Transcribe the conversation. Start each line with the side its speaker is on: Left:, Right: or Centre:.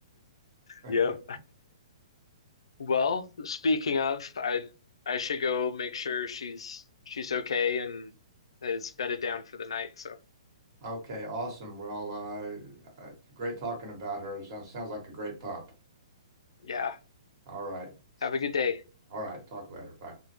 Left: Yep.
Right: <laughs>
Left: Well, speaking of, I I should go make sure she's she's okay and is bedded down for the night, so
Right: Okay, awesome. Well, uh, uh, great talking about her. Sounds sounds like a great pup.
Left: Yeah.
Right: All right.
Left: Have a good day.
Right: All right. Talk later. Bye.